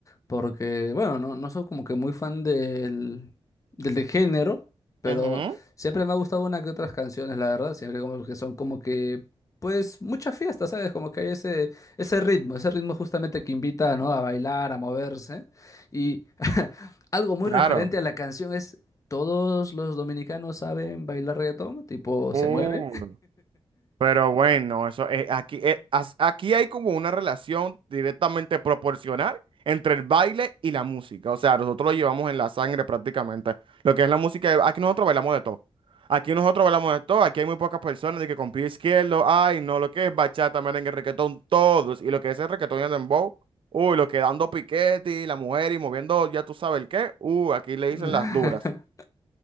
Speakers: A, on the left; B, on the right.
A: porque, bueno, no, no soy como que muy fan del, del de género, pero
B: Ujú,
A: siempre me ha gustado una que otras canciones, la verdad, siempre como que son como que, pues, muchas fiestas, ¿sabes? Como que hay ese, ese ritmo, ese ritmo justamente que invita, ¿no? A bailar, a moverse. Y <laughs> algo muy
B: claro.
A: referente a la canción es, todos los dominicanos saben bailar reggaetón, tipo,
B: Uh.
A: se mueve.
B: Pero bueno, eso eh, aquí, eh, as- aquí hay como una relación directamente proporcional entre el baile y la música. O sea, nosotros lo llevamos en la sangre prácticamente. Lo que es la música, eh, aquí nosotros bailamos de todo. Aquí nosotros bailamos de todo. Aquí hay muy pocas personas de que con pie izquierdo, ay, no, lo que es bachata, merengue, reggaetón, todos. Y lo que es el reggaetón y el dembow, uy, lo que dando piquete y la mujer y moviendo, ya tú sabes el qué, uy, aquí le
A: <laughs>
B: dicen las duras.